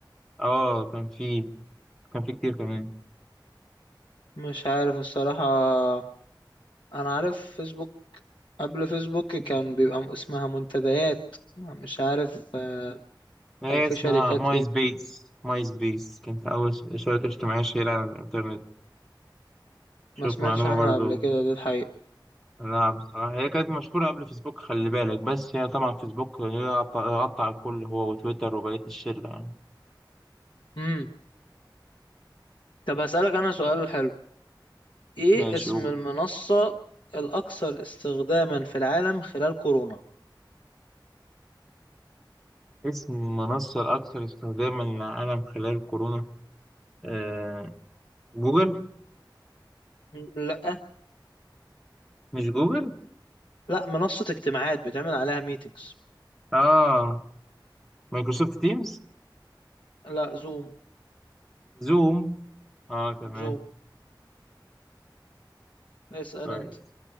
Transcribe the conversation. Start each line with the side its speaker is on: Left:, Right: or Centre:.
Centre: اه كان في كان في كتير كمان
Left: مش عارف الصراحة انا عارف فيسبوك قبل فيسبوك كان بيبقى م- اسمها منتديات مش عارف آه،
Centre: هي
Left: كان في
Centre: اسمها
Left: شركات
Centre: ماي
Left: ايه
Centre: سبيس ماي سبيس كانت أول شبكة اجتماعية شهيرة على الإنترنت شوف
Left: ما سمعتش
Centre: معلومة
Left: عنها
Centre: برضو
Left: قبل كده دي الحقيقة
Centre: لا بصراحة هي كانت مشهورة قبل فيسبوك خلي بالك بس هي طبعا فيسبوك غطى غطى على الكل هو وتويتر وبقية الشلة يعني
Left: امم طب هسألك انا سؤال حلو ايه
Centre: ماشي
Left: اسم
Centre: قول
Left: المنصة الاكثر استخداما في العالم خلال كورونا
Centre: اسم المنصة الأكثر استخداما للعالم خلال كورونا آه جوجل
Left: م- لا
Centre: مش جوجل
Left: لا منصة اجتماعات بتعمل عليها ميتينجز
Centre: آه مايكروسوفت تيمز
Left: لا زوم
Centre: زوم آه تمام
Left: زوم اسأل
Centre: كويس
Left: انت